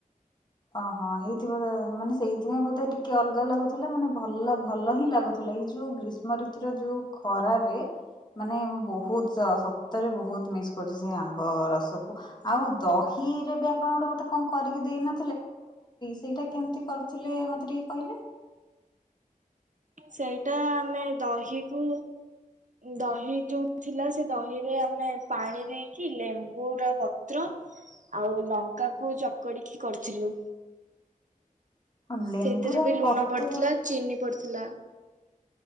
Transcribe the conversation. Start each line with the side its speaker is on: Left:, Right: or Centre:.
Left: ଓହୋ ହେଇଥିବ ମନେ ସେଥିପାଇଁ ବୋଧେ ମାନେ ଭଲ ଭଲ ହିଁ ଲାଗୁଥିଲା। ଏଇ ଯୋଉ ଗ୍ରୀଷ୍ମ ଋତୁ ର ଯୋଉ ଖରା ମାନେ ମୁଁ ବହୁତ ସତରେ ବହୁତ ମିସ୍ କରୁଛି ସେଇ ଆମ୍ବ ରସକୁ ଆଉ ଦହିରେ ବି ଆପଣ ଗୋଟେ ମତେ କଣ କରିକି ଦେଇନ ସେଇଟା କେମିତି କରିଥିଲେ ମତେ ଟିକେ କହିଲେ
Right: ସେଇଟା ଆମେ ଦହିକୁ ଦହି ଯୋଉ ଥିଲା ସେ ଦହିରେ ଆମେ ପାଣି ଦେଇକି ଲେମ୍ବୁରୁର ପତ୍ର ଆଉ ଲଙ୍କା କ ଚକଡିକି କରିଥିଲୁ
Left: ହଁ ଲେମ୍ବୁର
Right: ସେଇଥିରେ ବି ଲୁଣ
Left: ପତ୍ର
Right: ପଡିଥିଲା ଚିନି ପଡିଥିଲା